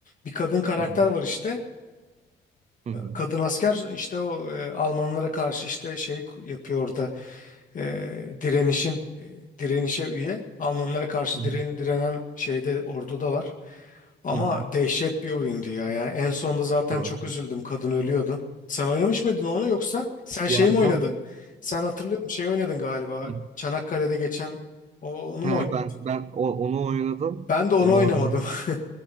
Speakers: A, on the left; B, on the right.
A: Bir kadın karakter
B: Hı hı.
A: var işte.
B: Hı hı.
A: Kadın asker işte o e, Almanlara karşı işte şey yapıyor orada. e, direnişin e, direnişe üye. Almanlara karşı
B: Hı hı.
A: diren, direnen şeyde orduda var Ama
B: Hı hı.
A: dehşet bir oyundu ya. Yani en sonda zaten
B: Doğrudur.
A: çok üzüldüm. Kadın ölüyordu. Sen oynamış mıydın onu yoksa sen şey
B: Yani
A: mi oynadın?
B: ben
A: Sen hatırlıyorum şey oynadın galiba.
B: Hı.
A: Çanakkale'de geçen o- onu
B: Ha,
A: mu oynadın?
B: ben ben o onu oynadım.
A: Ben de onu
B: Onu
A: oynamadım.
B: oynadım.
A: <laughs>